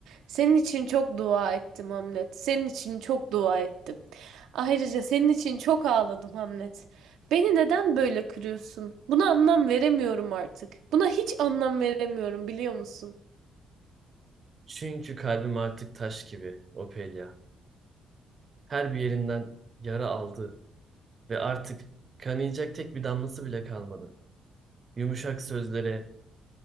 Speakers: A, on the right; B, on the right.
A: Senin için çok dua ettim Hamlet. Senin için çok dua ettim. Ayrıca senin için çok ağladım Hamlet. Beni neden böyle kırıyorsun? Buna anlam veremiyorum artık. Buna hiç anlam veremiyorum biliyor musun?
B: Çünkü kalbim artık taş gibi, Ophelia. Her bir yerinden yara aldı ve artık kanayacak tek bir damlası bile kalmadı. Yumuşak sözlere,